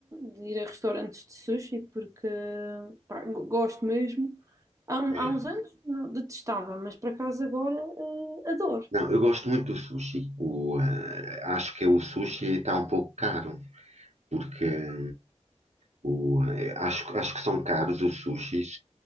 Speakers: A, on the right; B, on the right.
A: de ir a restaurantes de sushi porque pá, go- gosto mesmo. Há, um-
B: É.
A: há uns anos não- detestava, mas por acaso agora eh, adoro.
B: Não, eu gosto muito do sushi. O, eh, acho que o sushi está um pouco caro, porque eh, o, eh, acho, acho que são caros os sushis.